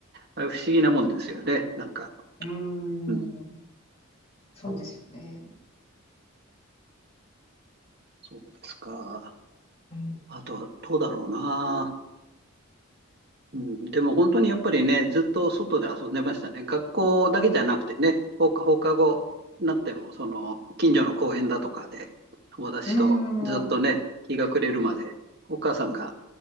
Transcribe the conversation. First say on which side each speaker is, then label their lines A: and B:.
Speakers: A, on the right; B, on the left.
A: あれ不思議なもんですよね。なんか。
B: ーん。
A: うん。
B: そうですよね。
A: そうですか。
B: うん。
A: あとはどうだろうな。うん。でも本当にやっぱりね、ずっと外で遊んでましたね。学校だけじゃなくてね、放課放課後になっても、その、近所の公園だとかで、友達とずっとね、
B: うーん。
A: 日が暮れるまで、お母さんが